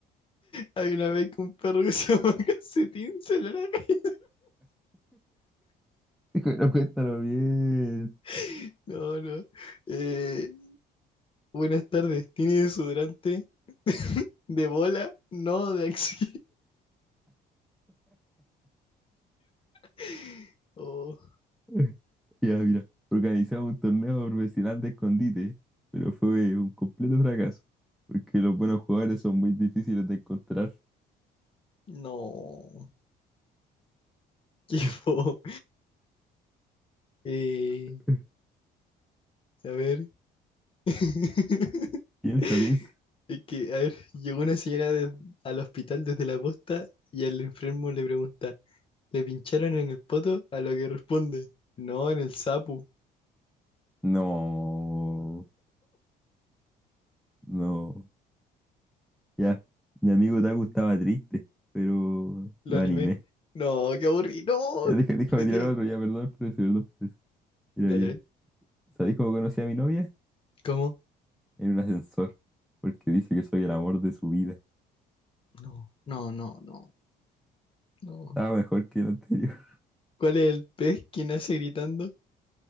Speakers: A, on the left; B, in the centre.
A: había una vez que un perro que se llama <laughs> Calcetín salió a la calle.
B: <laughs> Pero cuéntalo bien.
A: <laughs> No, no. Eh, buenas tardes. ¿Tiene desodorante? <laughs> ¿De bola? No, de axi. <laughs> Oh,
B: <laughs> Ya, mira, organizamos un torneo profesional de escondite, pero fue un completo fracaso, porque los buenos jugadores son muy difíciles de encontrar.
A: no. Qué fo.
B: Oh,
A: Eh,
B: eh.
A: a ver. <laughs>
B: Piensa, piensa.
A: Es que, a ver, llegó una señora de- al hospital desde la posta y al enfermo le pregunta, ¿le pincharon en el poto? A lo que responde, no, en el sapu.
B: No, no. Ya, mi amigo Taku estaba triste, pero
A: Lo
B: lo
A: animé.
B: animé.
A: No, qué aburrido. No,
B: Ya, deja- déjame
A: retírate.
B: tirar otro, ya, perdón por eso, perdón por eso. Mira,
A: Dale. a ver.
B: ya. ¿Sabéis cómo conocí a mi novia?
A: ¿Cómo?
B: En un ascensor, porque dice que soy el amor de su vida.
A: No, no, no, no, no.
B: Estaba mejor que el anterior.
A: ¿Cuál es el pez que nace gritando?